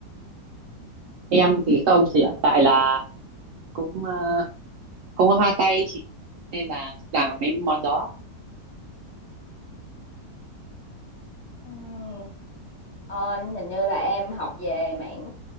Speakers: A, on the right (about 75°); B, on the left (about 60°).
A: em thì không thì hiện tại là cũng ờ, không có hoa tay chị nên là làm mấy món đó
B: Ừm, ờ, hình như là em học về mảng